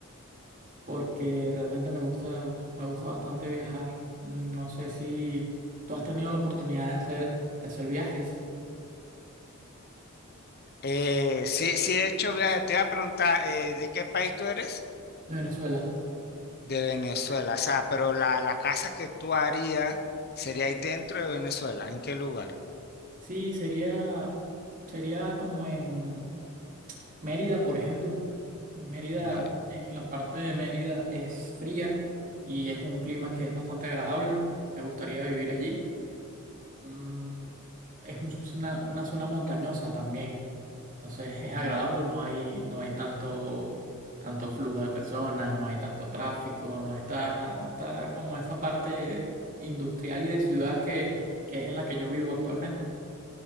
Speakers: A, on the right (about 40°); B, on the left (about 50°).
A: porque realmente me gusta, me gusta bastante viajar. No sé si tú has tenido la oportunidad de hacer, de hacer viajes
B: Eh, sí, sí he hecho viajes. Te iba a preguntar, eh, ¿de qué país tú eres?
A: de Venezuela.
B: De Venezuela. O sea, pero la, la casa que tú harías sería ahí dentro de Venezuela. ¿En qué lugar?
A: Sí, sería, sería como en Mérida, por ejemplo, Mérida,
B: Mérida.
A: en la parte de Mérida es fría y es un clima que es bastante agradable. Me gustaría vivir allí. Mm, es un- una, una zona montañosa también. Entonces es agradable,
B: No.
A: no hay, no hay tanto, tanto flujo de personas, no hay tanto tráfico, no está, no está como esa parte industrial y de ciudad que, que es en la que yo vivo actualmente.